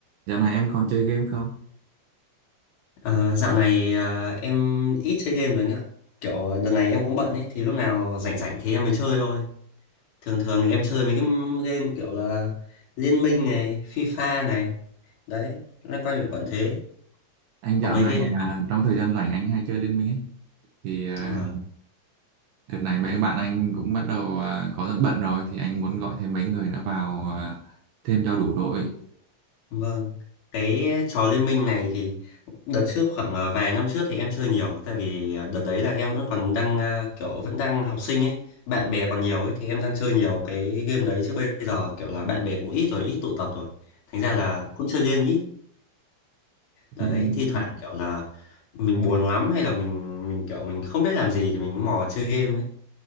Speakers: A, on the right (about 70°); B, on the left (about 60°).
A: Dạo này em còn chơi game không?
B: À, dạo này à, em ít chơi game rồi anh ạ. Kiểu đợt này em cũng bận ấy, thì lúc nào rảnh rảnh thì em mới chơi thôi. Thường thường thì em chơi mấy cái m- game kiểu là Liên Minh này, FIFA này. Đấy, loanh quanh là quận thế.
A: Anh dạo
B: Có mấy
A: này
B: game không?
A: à, trong thời gian rảnh anh hay chơi Liên Minh ấy. Thì à,
B: Ờ.
A: đợt này mấy bạn anh cũng bắt đầu à, có bận rồi thì anh muốn gọi thêm mấy người nữa vào à, thêm cho đủ đội.
B: Vâng, cái trò liên minh này thì đợt trước khoảng à, vài năm trước thì em chơi nhiều tại vì à, đợt đấy là em vẫn còn đang à, kiểu vẫn đang học sinh ấy, bạn bè còn nhiều ấy thì em đang chơi nhiều cái game đấy chứ bây giờ kiểu là bạn bè cũng ít rồi, ít tụ tập rồi. Thành ra là cũng chơi game ít. Đấy,
A: Hiện
B: thi thoảng kiểu là mình buồn lắm hay là mình mình kiểu mình không biết làm gì thì mình mò chơi game ấy.